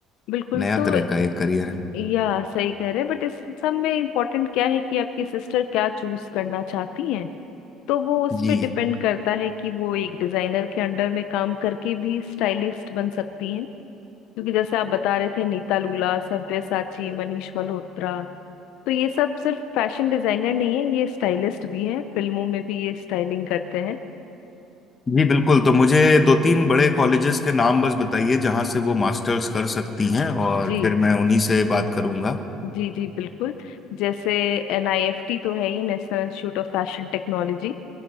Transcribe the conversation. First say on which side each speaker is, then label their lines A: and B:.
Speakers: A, on the left (about 75°); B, on the left (about 25°).
A: बिल्कुल
B: नया
A: तो
B: तरह का एक करियर है
A: या सही कह रहे हैं बट इस सब में इम्पोर्टेंट क्या है कि आपकी सिस्टर क्या चूज करना चाहती हैं तो वो उस
B: जी
A: पे डिपेंड करता है कि वो एक डिजाइनर के अंडर में काम करके भी स्टाइलिस्ट बन सकती हैं क्योंकि जैसे आप बता रहे थे नीता लुला सब्यसाची मनीष मल्होत्रा तो ये सब सिर्फ फैशन डिजाइनर नहीं है ये स्टाइलिस्ट भी हैं फिल्मों में भी ये स्टाइलिंग करते हैं
B: जी बिल्कुल तो मुझे दो तीन बड़े कॉलेजेस के नाम बस बताइए जहां से वो मास्टर्स कर सकती हैं और
A: जी
B: फिर मैं उन्हीं से बात करूंगा
A: जी जी बिल्कुल जैसे एनआईएफटी तो है ही national institute of fashion technology